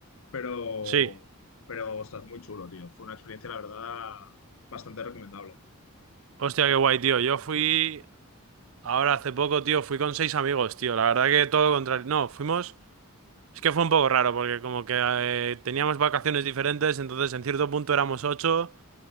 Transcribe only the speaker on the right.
Sí.
Hostia, qué guay, tío. Yo fui ahora hace poco, tío, fui con seis amigos, tío. La verdad que todo lo contrario. No, fuimos. Es que fue un poco raro porque como que eh, teníamos vacaciones diferentes, entonces en cierto punto éramos ocho.